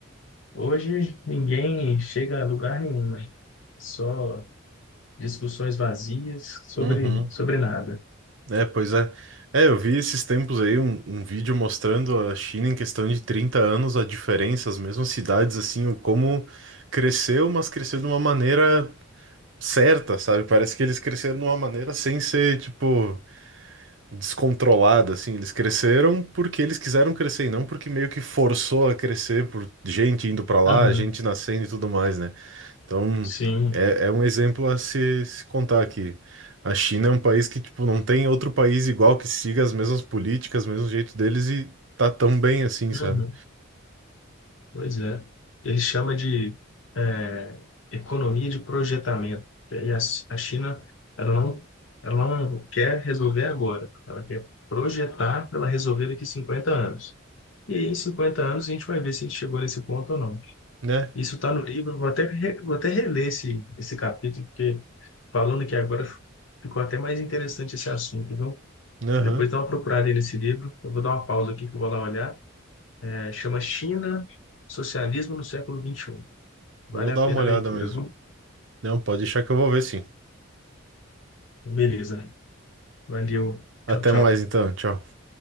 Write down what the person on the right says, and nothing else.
Uhum.
É, pois é. É, eu vi esses tempos aí um, um vídeo mostrando a China em questão de 30 anos, a diferença, as mesmas cidades, assim, o como cresceu, mas cresceu de uma maneira certa, sabe? Parece que eles cresceram de uma maneira sem ser, tipo, descontrolada, assim. Eles cresceram porque eles quiseram crescer e não porque meio que forçou a crescer por gente indo pra lá,
gente nascendo e tudo mais, né? Então,
é, é um exemplo a se, se contar aqui. A China é um país que, tipo, não tem outro país igual que siga as mesmas políticas, mesmo jeito deles e tá tão bem assim, sabe?
Né?
Aham.
Vou
dar
uma olhada
mesmo.
Não, pode deixar que eu vou ver sim.
Até
mais então. Tchau.